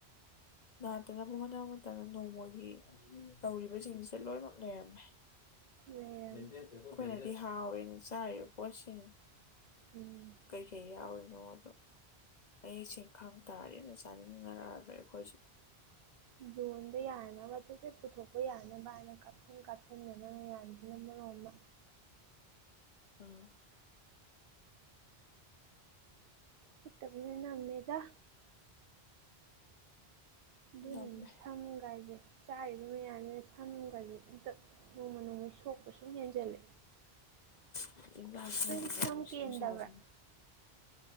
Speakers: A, on the left; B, on the right.
A: ꯅꯥꯗꯅꯕ ꯍꯣꯠꯅ ꯃꯇꯝꯗ ꯅꯣꯡꯃꯒꯤ ꯇꯧꯔꯤꯕꯁꯤꯡꯁꯤꯗ ꯂꯣꯏꯃꯛ ꯂꯩꯔꯝꯃꯦ꯫ <inaudible>
B: ꯂꯩꯔꯝ
A: ꯑꯩꯈꯣꯏꯅꯗꯤ ꯍꯥꯎꯔꯦꯅ ꯆꯥꯔꯤꯕ ꯄꯣꯠꯁꯤꯡ꯫
B: ꯎꯝ
A: ꯀꯩ ꯀꯩ ꯌꯥꯎꯔꯤꯅꯣ ꯗꯣ ꯃꯌꯦꯛꯁꯦꯡ ꯈꯡ ꯇꯥꯔꯗꯤ ꯑꯝꯇ ꯆꯥꯅꯤꯡꯉꯛꯑꯔꯣꯢ ꯑꯈꯣꯏꯁꯨ꯫
B: ꯌꯣꯟꯕ ꯌꯥꯅꯕ ꯁꯠ ꯆꯠ ꯄꯨꯊꯣꯛꯄ ꯌꯥꯅꯕ ꯍꯥꯏꯅ ꯀꯥꯞꯁꯤꯟ ꯀꯥꯞꯁꯤꯟꯗꯅ ꯃꯌꯥꯝꯖꯤꯅ ꯃꯔꯣꯝꯃ꯫
A: ꯑꯥ
B: ꯐꯠꯇꯕꯅ ꯅꯝꯃꯦꯗ꯫ ꯗꯨꯅꯅꯤ
A: ꯅꯝꯅ
B: ꯁꯝꯒꯥꯏꯖꯦ ꯆꯥꯔꯤꯕ ꯃꯌꯥꯝꯁꯤꯅ ꯁꯝꯒꯖꯦ ꯏꯪꯇꯞ ꯅꯣꯡꯃ ꯅꯣꯡꯃꯩ ꯁꯣꯛꯄ ꯁꯨꯝ ꯍꯦꯟꯖꯜꯂꯦ꯫
A: <unintelligible>
B: ꯁꯝ ꯀꯦꯟꯗꯕ꯭ꯔꯥ